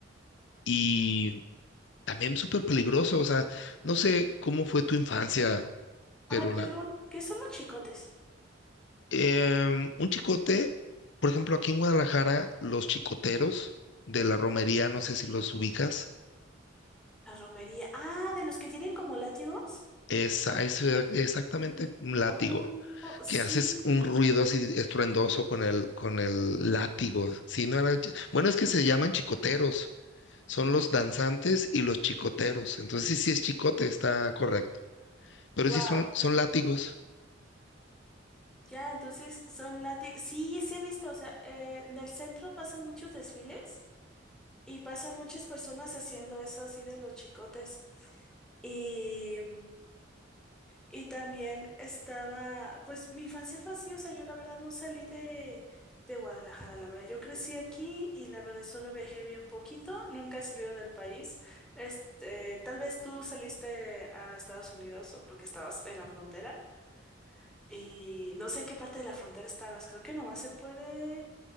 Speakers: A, on the left; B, in the centre.
A: y también súper peligroso, o sea, no sé cómo fue tu infancia, pero
B: Ay, perdón,
A: la,
B: ¿qué son los chicotes?
A: em, un chicote, por ejemplo, aquí en Guadalajara, los chicoteros de la romería, no sé si los ubicas.
B: La romería. Ah, de los que tienen como látigos.
A: Esa, eso era exactamente, un látigo,
B: Oh, oh, sí.
A: que haces un ruido así estruendoso con el, con el látigo. Si no era, chi- bueno, es que se llaman chicoteros, son los danzantes y los chicoteros. Entonces sí, sí es chicote, está correcto. Pero
B: Wow.
A: sí son, son látigos.
B: Ya, entonces son látigos. Sí, sí he visto. O sea, eh, en el centro pasan muchos desfiles. Y pasan muchas personas haciendo eso así de los chicotes. Y, y también estaba, pues mi infancia fue así, o sea, yo la verdad no salí de, de Guadalajara, la verdad, yo crecí aquí y la verdad solo viajé bien poquito, nunca he salido del país. Este, tal vez tú saliste a Estados Unidos o porque estabas en la frontera y no sé en qué parte de la frontera estabas, creo que nomás se puede...